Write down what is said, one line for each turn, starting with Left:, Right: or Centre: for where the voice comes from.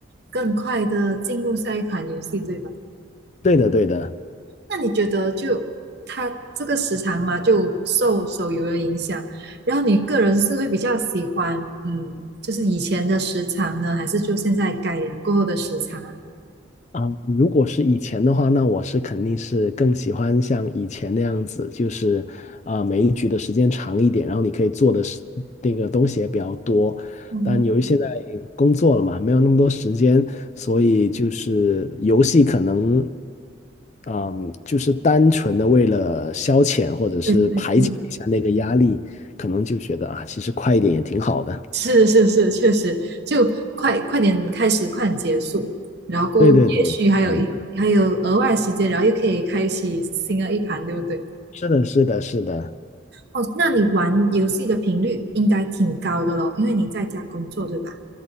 Right: 更快的进入下一款游戏，对吧？
Left: 对的，对的。
Right: 那你觉得就它这个时长嘛，就受手游的影响，然后你个人是会比较喜欢嗯，就是以前的时长呢，还是就现在改良过后的时长啊？
Left: 啊，如果是以前的话，那我是肯定是更喜欢像以前那样子，就是啊、每一局的时间长一点，然后你可以做的是那个东西也比较多。
Right: 嗯，
Left: 但由于现在工作了嘛，没有那么多时间，所以就是游戏可能，嗯，就是单纯的为了消遣或者是排解一下那个压力，
Right: 对对对，
Left: 可能就觉得啊，其实快一点也挺好的。
Right: 是是是，确实，就快快点开始，快点结束，然后也许还有一还有额外时间，
Left: 对对对，是这样子。
Right: 然后又可以开启新的一盘，对不对？
Left: 是的，是的，是的。
Right: 哦，那你玩游戏的频率应该挺高的咯，因为你在家工作，对吧？